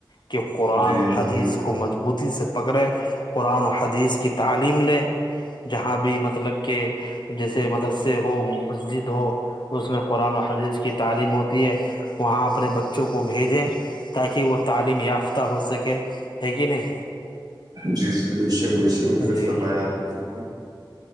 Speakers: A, on the left (about 60°); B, on the right (about 50°).
A: کہ قرآن
B: جی
A: و
B: امین
A: حدیث کو مضبوطی سے پکڑے قرآن و حدیث کی تعلیم لیں جہاں بھی مطلب کہ جیسے مدرسے ہو مسجد اس میں قرآن حدیث کی تعلیم ہوتی ہے وہاں اپنے بچوں کو بھیجیں تاکہ وہ تعلیم یافتہ ہو سکے ہے کہ نہیں
B: جی جی بالکل بے شک بالکل بے شک بالکل
A: جی
B: صحیح فرمایا آپ بالکل